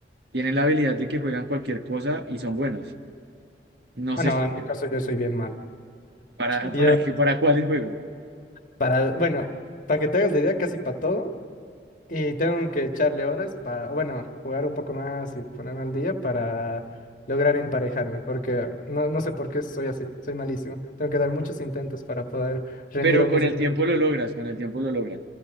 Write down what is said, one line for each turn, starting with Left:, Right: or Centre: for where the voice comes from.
Right: Tienen la habilidad de que juegan cualquier cosa y son buenos. No
Left: Ah,
Right: sé
Left: no,
Right: si
Left: en
Right: te-
Left: mi caso yo soy bien malo.
Right: para, <laughs> para
Left: Yo,
Right: qué, para cuáles juegos.
Left: para, bueno, para que te hagas la idea, casi para todo. Y tengo que echarle horas para, bueno, jugar un poco más y ponerme al día para lograr emparejarme, porque no, no sé por qué soy así, soy malísimo. Tengo que dar muchos intentos para poder rendir,
Right: Pero
Left: aunque
Right: con
Left: sea
Right: el
Left: un
Right: tiempo
Left: poquito.
Right: lo logras, con el tiempo lo logras.